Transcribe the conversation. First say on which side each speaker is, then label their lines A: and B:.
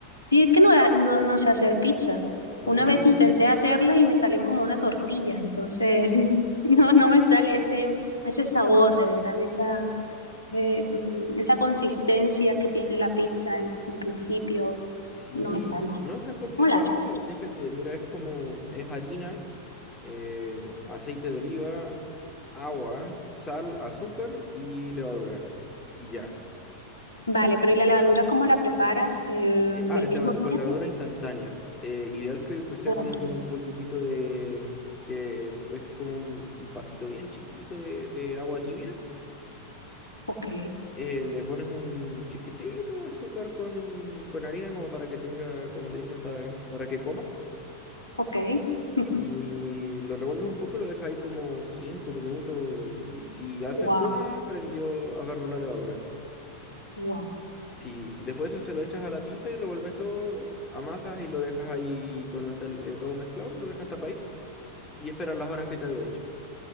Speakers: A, on the left; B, on the left.
A: Y es que no, no, no sé hacer pizza.
B: Oh,
A: Una vez intenté <laughs> hacerla y me salió como una tortilla, entonces <laughs> no, no me sale ese, ese sabor de verdad, esa, eh, mm, esa consistencia que tiene la pizza en, en principio,
B: sí,
A: no me sale.
B: no es tan complicado,
A: ¿Cómo la haces?
B: fíjate, mira, es como, es harina. eh, aceite de oliva, agua, sal, azúcar y levadura. Y ya.
A: Vale, pero ¿y la levadura cómo la preparas? Eh,
B: Eh,
A: ¿del
B: ah, es
A: mismo
B: leva- con
A: día?
B: levadura instantánea. Eh, ideal que, que sea
A: Ok,
B: con un, un poquitito de... que pues que como un, un vasito bien chiquitito de, de agua tibia.
A: ok.
B: Eh, le pones un chiquitito de azúcar con, con harina como para que tenga, como le dicen, para, para que coma.
A: ok. <laughs>
B: Y lo revuelves un poco y lo dejas ahí como 5 minutos. Y si hace
A: Wow.
B: espuma, prendió, agarró la levadura.
A: Wow.
B: Sí, y después eso se lo echas a la pizza y revuelves todo, amasas y lo dejas ahí cuando está li- eh, todo mezclado, lo dejas tapadito y esperas las horas que te había dicho.